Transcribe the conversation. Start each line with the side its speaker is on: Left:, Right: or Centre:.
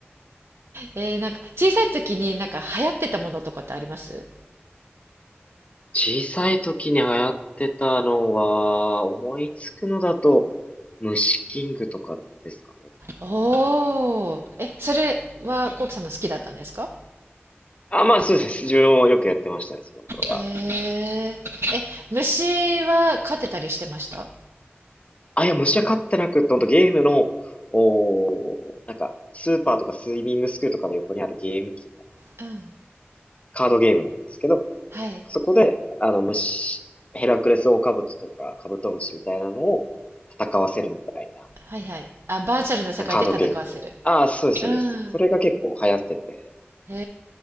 Right: えーなんか小さい時になんか流行ってたものとかってあります
Left: 小さい時に流行ってたのは、思いつくのだと、虫キングとかですかね。
Right: おーえ、それはコウキさんも好きだったんですか
Left: あ、まあそうです。自分もよくやってましたね、その頃は。
Right: へえ。え、虫は勝てたりしてました
Left: あ、いや、虫は飼ってなくって、ほんとゲームの、おー、なんか、スーパーとかスイミングスクールとかの横にあるゲーム機の
Right: うん。
Left: カードゲームなんですけど、
Right: はい。
Left: そこで、あの、虫、ヘラクレスオオカブトとかカブトムシみたいなのを戦わせるみたいな、
Right: はいはい。あ、バーチャルの世界で戦わせる。
Left: カードゲームでみたいな。ああ、そうです、そうです。
Right: うん。
Left: それが結構流行ってて、
Right: へ